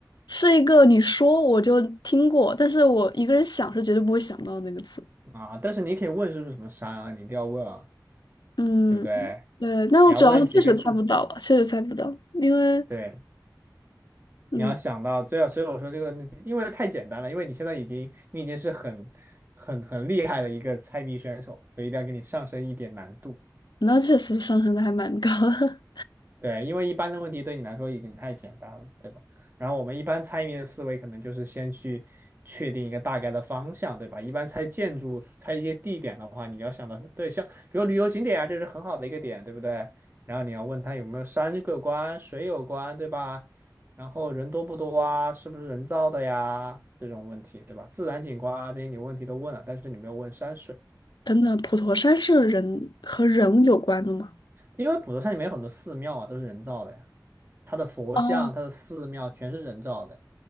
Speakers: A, on the left (about 75°); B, on the right (about 30°).
A: 是一个你说我就听过，但是我一个人想是绝对不会想到的那个词。
B: 啊，但是你可以问是不是什么山啊，你一定要问啊，
A: 嗯，
B: 对不对？
A: 对，那我主要是确实猜不到啊确实猜不到，
B: 你要问几个字，
A: 因为
B: 对，
A: 嗯，
B: 你要想到，对啊，所以我说这个问题，因为太简单了，因为你现在已经，你已经是很、很、很厉害的一个猜谜选手，所以一定要给你上升一点难度。
A: 那确实上升的还蛮高的。
B: 对，因为一般的问题对你来说已经太简单了，对吧？然后我们一般猜谜的思维可能就是先去确定一个大概的方向，对吧？一般猜建筑、猜一些地点的话，你要想到，对，像比如旅游景点啊，这是很好的一个点，对不对？然后你要问他有没有山有关、水有关，对吧？然后人多不多啊？是不是人造的呀？这种问题，对吧？自然景观啊，这些你问题都问了，但是你没有问山水，
A: <laughs> 等等，普陀山是人和人有关的吗？
B: 因为普陀山里面有很多寺庙啊，都是人造的呀，它的佛像、
A: 哦
B: 它的寺庙全是人造的。